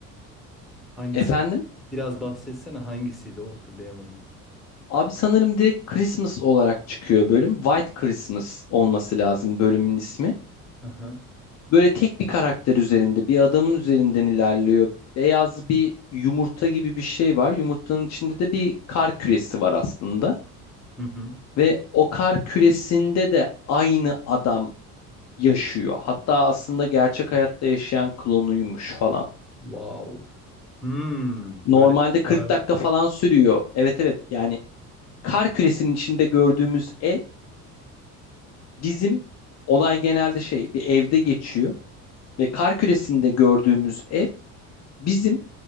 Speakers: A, in the centre; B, on the left.
A: hangisi?
B: efendim
A: Biraz bahsetsene hangisiydi o hatırlayamadım.
B: abi sanırım direkt Christmas olarak çıkıyor bölüm. White Christmas olması lazım bölümün ismi.
A: Aha.
B: Böyle tek bir karakter üzerinde, bir adamın üzerinden ilerliyor. Beyaz bir yumurta gibi bir şey var. Yumurtanın içinde de bir kar küresi var aslında.
A: Hı hı.
B: Ve o kar küresinde de aynı adam yaşıyor. Hatta aslında gerçek hayatta yaşayan klonuymuş falan.
A: Wow. Hmm,
B: Normalde
A: böyle
B: 40
A: paralel.
B: dakika falan sürüyor. Evet evet yani kar küresinin içinde gördüğümüz ev bizim olay genelde şey bir evde geçiyor ve kar küresinde gördüğümüz ev bizim